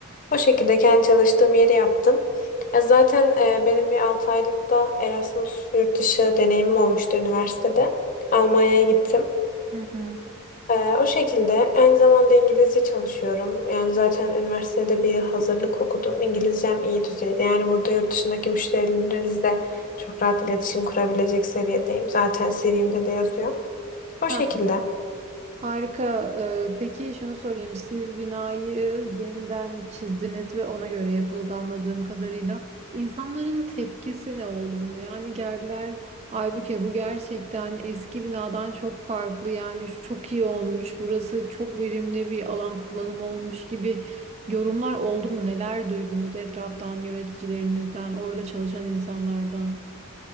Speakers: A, on the left (about 40°); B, on the right (about 30°).
A: O şekilde kendi çalıştığım yeri yaptım. Ya zaten e, benim bir 6 aylık da Erasmus yurt dışı deneyimim olmuştu üniversitede. Almanya'ya gittim.
B: hı hı.
A: Ee, o şekilde aynı zamanda İngilizce çalışıyorum. Yani zaten üniversitede bir yıl hazırlık okudum. İngilizcem iyi düzeyde. Yani burada yurt dışındaki müşterilerinizle çok rahat iletişim kurabilecek seviyedeyim. Zaten CV'mde de yazıyor. O
B: Har-
A: şekilde.
B: Harika. Ee, peki şunu sorayım. Siz binayı yeniden çizdiniz ve ona göre yapıldı anladığım kadarıyla. İnsanların tepkisi ne oldu buna? Yani geldiler, Aybüke bu gerçekten eski binadan çok farklı. Yani şu çok iyi olmuş. Burası çok verimli bir alan kullanımı olmuş gibi yorumlar oldu mu? Neler duydunuz etraftan, yöneticilerinizden, orada çalışan insanlardan?